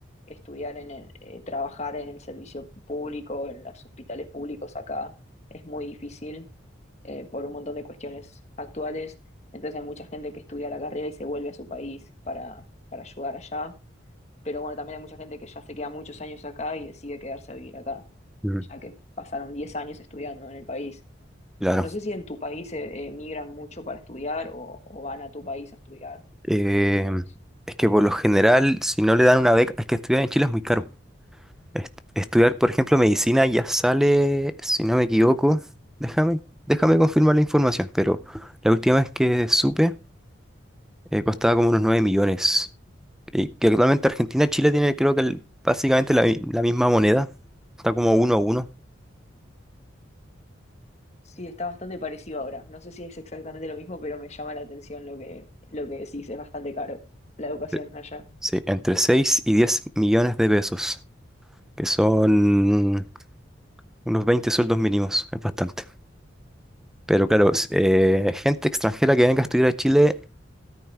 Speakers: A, on the left (about 35°); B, in the centre.
A: estudiar en el- eh, trabajar en el servicio público, en los hospitales públicos acá, es muy difícil eh, por un montón de cuestiones actuales. Entonces hay mucha gente que estudia la carrera y se vuelve a su país para, para ayudar allá. Pero bueno, también hay mucha gente que ya se queda muchos años acá y decide quedarse a vivir acá,
B: Mm,
A: ya que pasaron 10 años estudiando en el país.
B: Claro.
A: No sé si en tu país eh, eh, migran mucho para estudiar o, o van a tu país a estudiar,
B: Eh,
A: ¿cómo es?
B: es que por lo general, si no le dan una beca, es que estudiar en Chile es muy caro. Est- estudiar, por ejemplo, medicina ya sale, si no me equivoco, déjame, déjame confirmar la información, pero la última vez que supe, eh, costaba como unos 9 millones. eh, que actualmente Argentina y Chile tiene creo que el- básicamente la, mi- la misma moneda. Está como uno a uno.
A: Sí, está bastante parecido ahora. No sé si es exactamente lo mismo, pero me llama la atención lo que, lo que decís. Es bastante caro la educación
B: Sí,
A: allá.
B: Sí, entre 6 y 10 millones de pesos, que son unos 20 sueldos mínimos, es bastante. Pero claro, s- eh, gente extranjera que venga a estudiar a Chile